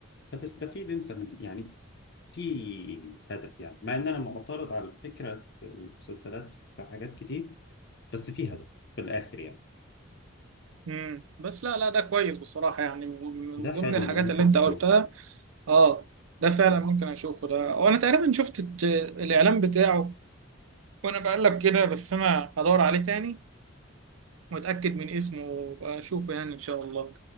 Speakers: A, on the left (about 55°); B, on the right (about 75°).
A: فتستفيد أنت من يعني في هدف يعني مع إن أنا معترض على فكرة المسلسلات في حاجات كتير بس في هدف في الآخر يعني
B: امم بس لا لا ده كويس بصراحة يعني من من
A: ده
B: ضمن
A: حلو
B: الحاجات
A: ده ممكن
B: اللي انت
A: تشوف
B: قلتها اه ده فعلا ممكن اشوفه ده وانا تقريبا شفت الت- الاعلان بتاعه وانا بقلب كده بس انا هدور عليه تاني متأكد من اسمه وأبقى أشوفه يعني إن شاء الله